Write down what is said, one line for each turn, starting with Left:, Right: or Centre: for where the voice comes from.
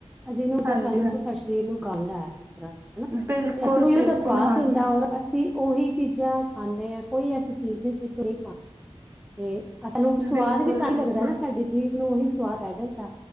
Centre: ਅਜੀ ਨੂੰ
Right: ਹਾਂਜੀ
Centre: ਖੋ ਸਾਡੇ
Right: ਹਾਂ
Centre: ਸਰੀਰ ਨੂੰ ਗਲਦਾ ਹੈ ਹਨਾ
Right: ਬਿਲਕੁਲ
Centre: ਤੇ ਅਸੀਂ ਉਹੀਓ
Right: ਬਿਲਕੁਲ
Centre: ਸਵਾਦਾ
Right: ਹਾਂ
Centre: ਦੇਂਦਾ ਔਰ ਅਸੀਂ ਉਹੀ ਚੀਜ਼ਾਂ ਖਾਂਦੇ ਆਂ ਕੋਈ ਐਸੀ ਚੀਜ਼ ਨਈ ਜਹ 'ਚੋਂ ਨਈ ਪਾਂਦੇ ਤੇ ਸਾਨੂੰ ਸਵਾਦ
Right: ਬਿਲਕੁਲ
Centre: ਵੀ ਤਾਂ
Right: ਬਿਲਕੁਲ
Centre: ਈ ਲੱਗਦਾ ਨਾ ਸਾਡੇ ਜੀਵ ਨੂੰ ਉਹੀ ਸਵਾਦ ਪੈ ਜਾਂਦਾ